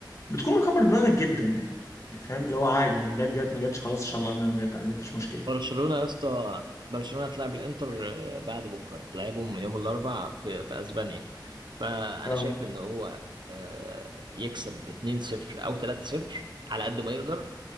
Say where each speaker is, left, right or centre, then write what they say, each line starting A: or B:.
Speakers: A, on the left (about 40°); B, on the right (about 70°).
A: بتكون مكبر دماغك جدا يعني فاهم اللي هو عادي يعني جت جت ما جتش خلاص ان شاء الله انها ما جت عادي مفيش مشكله
B: برشلونة يا اسطى برشلونة هتلاعب الانتر آه، بعد بكره هتلاعبهم يوم الاربعاء في في اسبانيا فانا
A: اه
B: شايف ان هو آه، يكسب 2-0 او 3-0 على قد ما يقدر